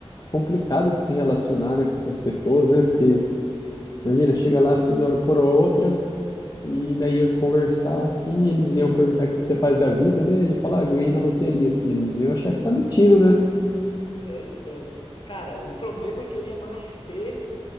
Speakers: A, on the left; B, on the left.
A: complicado de se relacionar, né, com essas pessoas, né? Porque imagina, chega lá assim de uma hora por outra e daí ia conversar assim, e eles iam perguntar o que você faz da vida, né? E falar, ah, ganhei na loteria, assim, eles iam achar que você tá mentindo, né?
B: É, então. Cara, o problema que eu ia mais ter